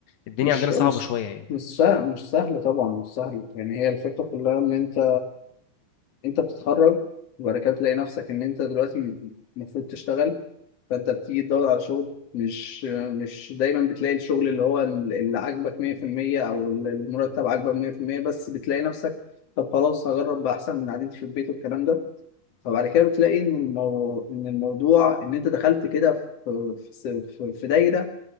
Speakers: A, on the left (about 75°); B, on the left (about 45°).
A: الدنيا
B: مش
A: عندنا صعبه
B: مش
A: شويه يعني
B: مش سهل مش سهل طبعا مش سهل يعني هي الفكره كلها ان انت انت بتتخرج وبعد كده تلاقي نفسك ان انت دلوقتي المفروض تشتغل فانت بتيجي تدور على شغل مش مش دايما بتلاقي الشغل اللي هو اللي عاجبك 100% او المرتب عاجبك 100% بس بتلاقي نفسك طب خلاص هجرب بقى احسن من قعدتي في البيت والكلام ده فبعد كده بتلاقي ان المو... ان الموضوع ان انت دخلت كده في في في في دايره